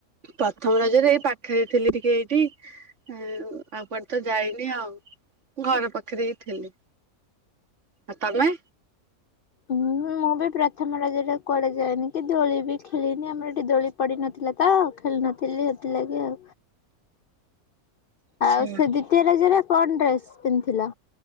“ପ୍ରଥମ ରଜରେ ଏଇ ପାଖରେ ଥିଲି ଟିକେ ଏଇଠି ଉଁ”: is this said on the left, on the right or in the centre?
Right